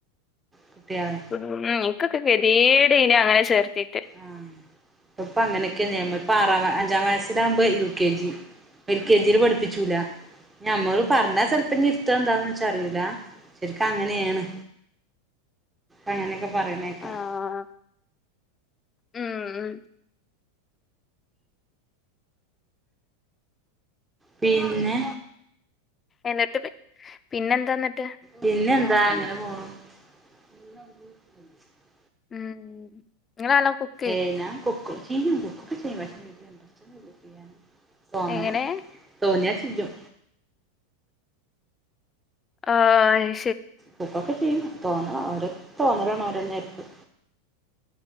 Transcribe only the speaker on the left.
ഉം ഇൻക്കൊക്കെ കെത്യേടേയ്നു അങ്ങെനെ ചേർത്തീട്ട്
ആഹ് ഉം ഉം
എന്നിട്ട് പി പിന്നെന്താ അന്നിട്ട്?
ഉം <unintelligible>
എങ്ങനെ
ആയ്